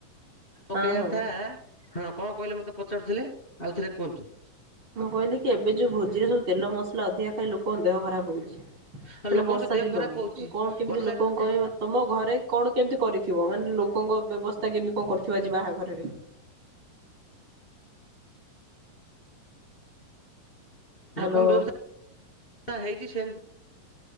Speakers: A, on the left; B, on the right.
A: ମୋ
B: ହଁ
A: କହିବା
B: ହଁ।
A: କଥା ହଁ କଣ କହିଲେ ମତେ ପଚାରୁଥିଲେ ଆଉ ଥରେ କୁହନ୍ତୁ।
B: ମୁଁ କହିଲି କି ଏବେ ଯୋଉଁ ଭୋଜିରେ ସବୁ ତେଲ ମସଲା ଅଧିକା ଖାଇ ଲୋକଙ୍କ ଦେହ ଖରାପ ହଉଛି। ମାନେ
A: ଆଉ ଲୋକଙ୍କ
B: ବର୍ଷା
A: ତ ଦେହ
B: ଦିନକୁ
A: ଖରାପ ହଉଛି
B: କଣ କେମିତି
A: ବର୍ଷା
B: ଲୋକଙ୍କୁ କହିବ ତମ ଘରେ କଣ କେମିତି କରିଥିବ ମାନେ ଲୋକଙ୍କ ବ୍ୟବସ୍ଥା କେମିତି କଣ କରିଥିବ ଆଜି ବାହାଘରରେ। ହ୍ୟାଲୋ।
A: ଲୋକଙ୍କ ବ୍ୟବସ୍ଥା ହେଇଛି ସେ